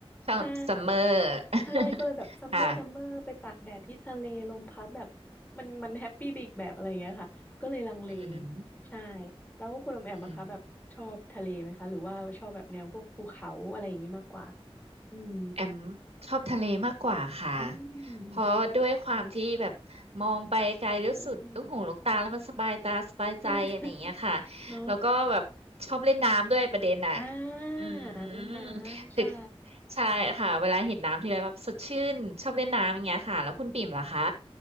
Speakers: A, on the right; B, on the left.
A: ซัมเมอร์
B: ใช่ ใช่ ก็เลยแบบซัมเมอร์ซัมเมอร์ไปตากแดดที่ทะเลลมพัดแบบ
A: <laughs> ค่ะ
B: มันมันแฮปปี้ไปอีกแบบอะไรอย่างเงี้ยค่ะ ก็เลยลังเล
A: อืม
B: ใช่ แล้วคุณอมแอมนะคะแบบชอบทะเลไหมคะหรือว่าชอบแบบแนวพวกภูเขาอะไรอย่างงี้มากกว่า
A: อืม
B: อืม
A: แอมชอบทะเลมากกว่าค่ะ
B: อืม
A: เพราะด้วยความที่แบบมองไปไกลแล้วสุดลูกหูลูกตาแล้วมันสบายตาสบายใจอะไรอย่างเงี้ยค่ะ
B: อืมอืมอืมใช่ <laughs> เนอะ
A: แล้วก็แบบชอบเล่นน้ำด้วยประเด็นอ่ะ
B: อ่า
A: อืม
B: เล่นน้ำ
A: <laughs> ถึงใช่ค่ะเวลาเห็นน้ำทีไรแบบสดชื่นชอบเล่นน้ำอย่างเงี้ยค่ะ
B: ใช่
A: แล้วคุณปิ่มล่ะคะ